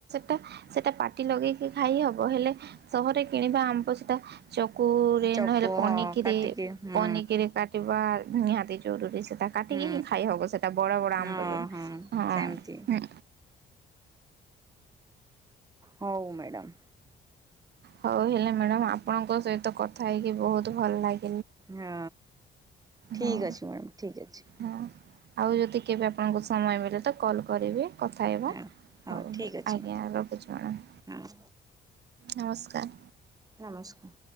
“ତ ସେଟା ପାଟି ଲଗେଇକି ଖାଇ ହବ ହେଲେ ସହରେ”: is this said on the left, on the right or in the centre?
Right